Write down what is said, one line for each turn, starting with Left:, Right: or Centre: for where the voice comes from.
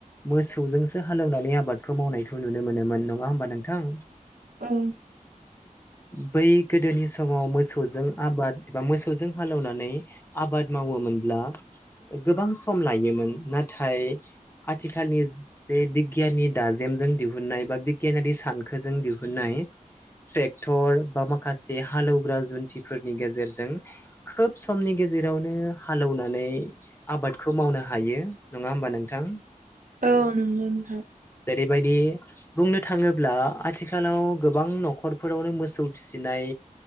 Left: मोसौजोंसो हालेवनानै आबादखौ मावनायखौ नुनो मोनोमोन नङा होमबा नोंथां
Right: औ
Left: बै गोदोनि समाव मोसौजों आबाद एबा मोसौजों हालेवनानै आबाद मावो मावोमोनब्ला गोबां सम लायोमोन नाथाय आथिखालनि जे बिगियाननि दा जे दिहुननाय बा बिगियानारि सानखोजों दिहुननाय ट्रेक्टर बा माखासे हालौवग्रा जुन्थिफोरनि गेजेरजों खोब समनि गेजेराव यावनो हालौनानै आबादखौ मावनो हायो नङा होमबा नोंथां।
Right: औ नोंगौ नोंथा
Left: बेबायदि बुंनो थाङोब्ला आथिखालाव गोबां न'खर फोरावनो मोसौ फिसिनाय